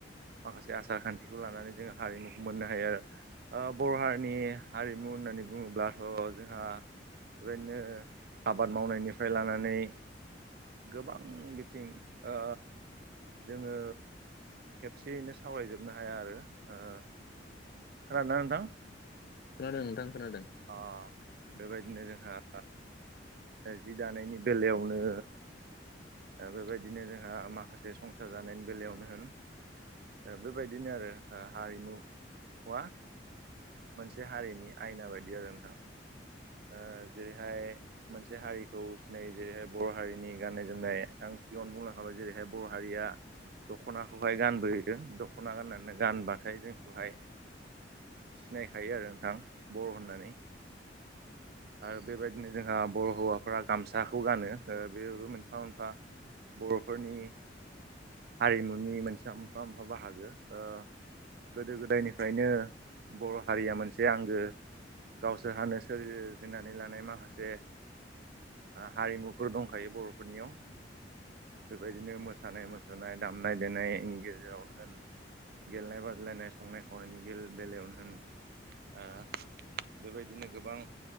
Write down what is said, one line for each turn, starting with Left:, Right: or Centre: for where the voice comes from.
Right: माखासे आसार खान्थिखौ लानानै जोङो हारिमुखौ मोननो हायो आरो। ओ बर' हारिनि हारिमु होननानै बुङोब्लाथ' जोंहा बेबायदिनो आबाद मावनायनिफ्राय लानानै गोबां बिथिं ओ जोङो खेबसेयैनो सावरायजोबनो हाया आरो ओ खोनादोंना नोंथां?
Left: खोनादों नोंथां खोनादों।
Right: ओ बेबायदिनो जोंहा जि दानायनि बेलायावनो दा बेबायदिनो जोंहा माखासे संसार जानायनि बेलायावनो होन दा बेबायदिनो आरो ओ हारिमुआ मोनसे हारिनि आयना बायदि आरो नोंथां। ओ जेरैहाय मोनसे हारिखौ सिनायो जेरैहाय बर' हारिनि गाननाय जोमनाय आं सिगाङावनो बुंलांखाबाय जेरैहाय बर' हारिया दख'नाखौहाय गानबोहदों दख'ना गाननानै गानबाथाय जोंखौहाय सिनायखायो आरो नोंथां बर' होननानै आरो बेबायदिनो जोंहा बर' हौवाफोरा गामसाखौ गानो ओ बेबो मोनफा मोनफा बर'फोरनि हारिमुनि मोनसे मोनफा मोनफा बाहागो ओ गोदो गोदायनिफ्रायनो बर' हारिया मोनसे आंगो गावसोर हानो सोर जिनानै लानाय माखासे हारिमुफोर दंखायो बर'फोरनियाव। बेबायदिनो मोसानाय मुसुरनाय दामनाय देनायनि गेजेरावनो होन गेलेनाय बादलायनाय संनाय खावनायनि बेल बेलायावनो होन आं बेबायदिनो गोबां